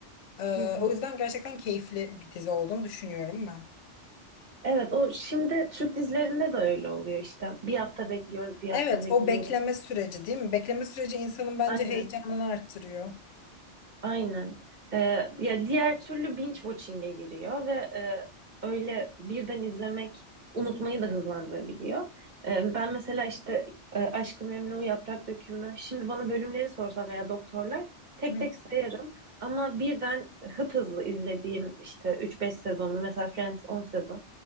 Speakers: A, on the left (about 80°); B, on the right (about 40°).
A: Ee,
B: Hı hı.
A: o yüzden gerçekten keyifli bir dizi olduğunu düşünüyorum ben.
B: Evet o şimdi Türk dizilerinde de öyle oluyor işte. Bir hafta bekliyoruz, bir hafta
A: Evet,
B: bekliyoruz.
A: o bekleme süreci değil mi? Bekleme süreci insanın bence
B: Aynen.
A: heyecanını arttırıyor.
B: Aynen. Ee, ya diğer türlü binge watching'e giriyor ve e, öyle birden izlemek unutmayı da hızlandırabiliyor. Ee, ben mesela işte e, Aşk-ı Memnu, Yaprak Dökümü, şimdi bana bölümleri sorsam veya doktorlar tek
A: Hı hı,
B: tek sayarım ama birden hıp hızlı izlediğim işte üç beş sezonu mesela Friends 10 sezon